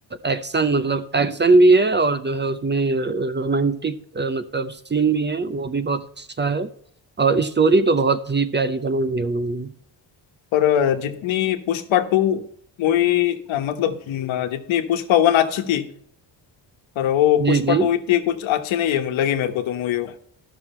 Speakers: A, on the right (about 25°); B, on the left (about 80°).
A: एक्शन मतलब एक्शन भी है और जो है उसमें रोमांटिक मतलब सीन भी है वो भी बहुत अच्छा है और स्टोरी तो बहुत ही प्यारी बनाई है उन्होंने
B: पर जितनी पुष्पा टू मूवी मतलब म, जितनी पुष्पा वन अच्छी थी पर वो
A: जी
B: पुष्पा
A: जी
B: टू इतनी कुछ अच्छी नहीं है लगी मेरे को तो मूवी